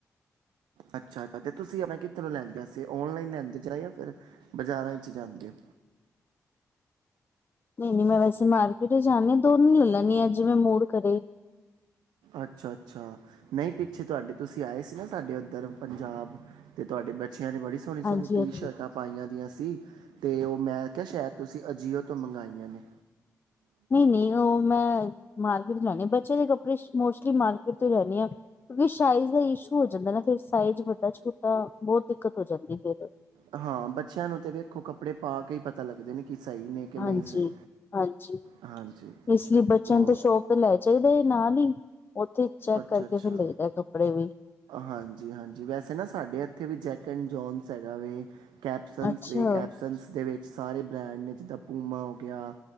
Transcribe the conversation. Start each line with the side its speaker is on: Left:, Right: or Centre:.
Right: ਅੱਛਾ ਅੱਛਾ ਤੇ ਤੁਸੀਂ ਆਪ ਕਿੱਥੇ ਲੈਂਦੇ ਵੈਸੇ ਔਨਲਾਈਨ ਲੈਂਦੇ ਜਾ ਜਾਂ ਫਿਰ ਬਾਜ਼ਾਰਾਂ ਚ ਜਾਂਦੇ ਹੋ
Left: ਨਹੀਂ ਨਹੀਂ ਮੈਂ ਵੈਸੇ ਮਾਰਕੀਟ ਚ ਜਾਣੀ ਆ ਦੋਨੋ ਲੈ ਲੈਣੀ ਆ ਜਿਵੇਂ ਮੋੜ ਕਰੇ
Right: ਅੱਛਾ ਅੱਛਾ ਨਹੀਂ ਪਿੱਛੇ ਤੁਹਾਡੇ ਤੁਸੀਂ ਆਏ ਸੀ ਨਾ ਸਾਡੇ ਉੱਧਰ ਪੰਜਾਬ ਤੇ ਤੁਹਾਡੇ ਬੈ ਬੱਚਿਆਂ ਨੇ ਬੜੀ ਸੋਹਣੀ ਸੋਹਣੀ
Left: ਹਾਂਜੀ
Right: ਟੀ
Left: ਹਾਂਜੀ
Right: ਸ਼ਰਟਾਂ ਪਾਈਆਂ ਆਂ ਸੀ ਤੇ ਉਹ ਮੈਂ ਕਿਹਾ ਸ਼ਾਇਦ ਤੁਸੀਂ ਅਜੀਓ ਤੋਂ ਮੰਗਾਈਆਂ ਨੇ
Left: ਨਹੀਂ ਨਹੀਂ ਉਹ ਮੈਂ ਮਾਰਕੀਟ ਜਾਣੀ ਬੱਚੇ ਦੇ ਕੱਪੜੇ ਮੋਸਟਲੀ ਮਾਰਕੀਟ ਤੋਂ ਹੀ ਲੈਣੀ ਆ ਕਿਉਂਕਿ ਸਾਈਜ਼ ਦਾ ਇਸ਼ੂ ਜਾਂਦਾ ਨਾ ਫਿਰ ਸਾਈਜ਼ ਵੱਡਾ ਛੋਟਾ ਤਾਂ ਬਹੁਤ ਦਿੱਕਤ ਹੋ ਜਾਂਦੀ ਫਿਰ।
Right: ਹਾਂ ਬੱਚਿਆਂ ਨੂੰ ਤੇ ਵੇਖੋ ਕੱਪੜੇ ਪਾ ਕੇ ਹੀ ਪਤਾ ਲੱਗਦੇ ਨੇ ਕਿ ਸਹੀ ਨੇ ਕਿ
Left: ਹਾਂਜੀ
Right: ਨਹੀਂ ਸਹੀ
Left: ਹਾਂਜੀ,
Right: ਹਾਂਜੀ
Left: ਇਸ ਲਈ ਬੱਚਿਆਂ
Right: ਹੋਰ
Left: ਤੋਂ ਸ਼ੋਪ ਤਾਂ ਲੈ ਜਾਈਦਾ ਨਾਲ ਹੀ ਉੱਥੇ ਚੈੱਕ
Right: ਅੱਛਾ
Left: ਕਰਕੇ
Right: ਅੱਛਾ,
Left: ਫਿਰ ਲਈਦਾ ਕੱਪੜੇ ਵੀ
Right: ਹਾਂਜੀ ਹਾਂਜੀ ਵੈਸੇ ਨਾ ਸਾਡੇ ਇੱਥੇ ਵੀ ਜੈਕ ਜੋਨ ਸੈਗਾਵੇ ਕੈਪਸਨ
Left: ਅੱਛਾ,
Right: ਕੈਪਸਨ ਦੇ ਵਿੱਚ ਸਾਰੇ ਬ੍ਰੈਂਡ ਨੇ ਜਿੱਦਾਂ ਪੂਮਾ ਹੋ ਗਿਆ